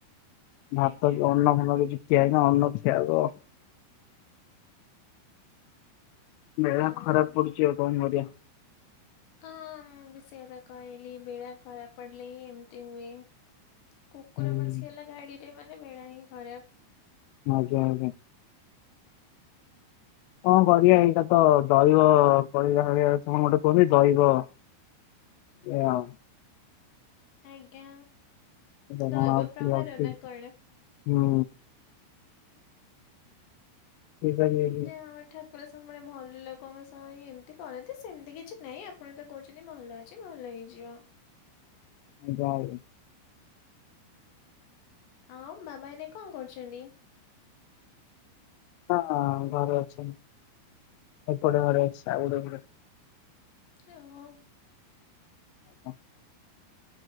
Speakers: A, on the left (about 80°); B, on the left (about 65°).
A: ଭାତ
B: ଆଜ୍ଞା
A: କି ଅନ୍ନ ଫନ କିଛି। ଖିଆ ହେନି ଅନ୍ନ ଖିଆ ହବ। ବେଳା
B: ହୁଁ
A: ଖରାପ ପଡୁଚି ଆଉ କଣ କରିଆ।
B: ହଁ ମୁଁ ବି ସେଇ କଥା କଇଲି ବେଳା ଖରାପ ପଡିଲେ ହିଁ ଏମତି ହୁଏ। କୁକୁର
A: ହୁଁ।
B: ପସି ଗଲା ଗାଡି ରେ ମାନେ ବେଳା ହିଁ ଖରାପ।
A: ଆଜ୍ଞା ଆଜ୍ଞା। କଣ କରିଆ ଏଇଟା ତ ଦଇବ କଇଲା ଭଳିଆ କଣ ଗୋଟେ କୁହନ୍ତି ଦଇବ ଏ ଆ ଆଉ।
B: ଆଜ୍ଞା
A: ଏଟା
B: ଦଇବ
A: କଣ ଆଉ
B: ପ୍ରହାର
A: ଠିକ
B: ନା କଣ?
A: ହୁଁ। ଠିକ <unintelligible>
B: ଯା <unintelligible> ଠାକୁର ସମୁଳେ ଭଲ ଲୋକଙ୍କ ସହ ହିଁ ଏମିତି କରନ୍ତି ସେମିତି କିଛି ନାଇଁ ଆପଣ ତ କହୁଛନ୍ତି ଭଲ ଅ ଚି ଭଲ ହେଇଯିବ।
A: <unintelligible> ଆଜ୍ଞା।
B: ଆଉ ମାମା ଏଇନେ କଣ କରୁଚନ୍ତି?
A: ହଁ ହ ଘରେ ଅଛନ୍ତି ଏପଟେ ଘରେ ଅଛି ଆଉ ଗୋଟେ ଘରେ।
B: ଏ ହୋ।
A: ଆଜ୍ଞା। <unintelligible>